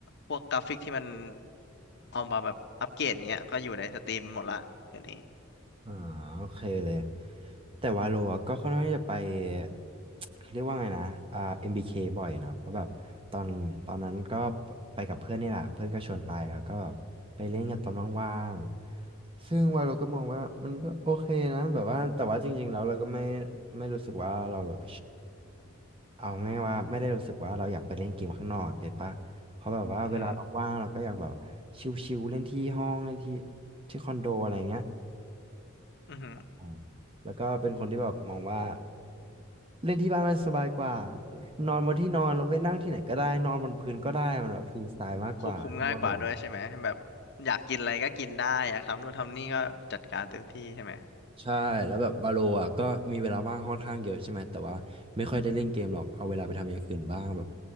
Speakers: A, on the left; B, on the right.
A: พวกกราฟิกที่มันเอามาแบบอัปเกรดอย่างเงี้ยก็อยู่ในสตรีมหมดละเดี๋ยวนี้
B: อ่าโอเคเลยแต่วาโลอะก็ค่อนข้างที่จะไป <tsk> เขาเรียกว่าไงนะอ่า MBK บเคบ่อยนะเพราะแบบตอนตอนนั้นก็ไปกับเพื่อนนี่แหละเพื่อนก็ชวนไปแล้วก็แบบไปเล่นกันตอนว่างๆซึ่งวาโลก็มองว่ามันก็โอเคนะแบบว่าแต่ว่าจริงๆแล้วเราก็ไม่ไม่รู้สึกว่าเราแบบเอาง่ายว่าไม่ได้รู้สึกว่าเราอยากไปเล่นเกมข้างนอกเก็ตปะเพราะแบบว่าเวลาเราว่างเราก็อยากแบบชิลๆเล่นที่ห้องเล่นที่
A: อืออ
B: ที่คอนโดอะไรเงี้ย
A: อือหือ
B: อืมแล้วก็เป็นคนที่แบบมองว่าเล่นที่บ้านมันสบายกว่า นอนบนที่นอนแล้วไปนั่งที่ไหนก็ได้ นอนบนพื้นก็ได้มันแบบฟรีสไตล์มากกว่าให้โมโดน
A: ควบคุมง่ายกว่าด้วยใช่ไหมแบบอยากกินอะไรก็กินได้อยากทำนู่นทำนี่ก็จัดการเต็มที่ใช่ไหม
B: ใช่ แล้วแบบวาโลอ่ะก็มีเวลาว่างค่อนข้างเยอะใช่ไหม แต่ว่าไม่ค่อยได้เล่นเกมหรอกเอาเวลาไปทำอย่างอื่นบ้างแบบ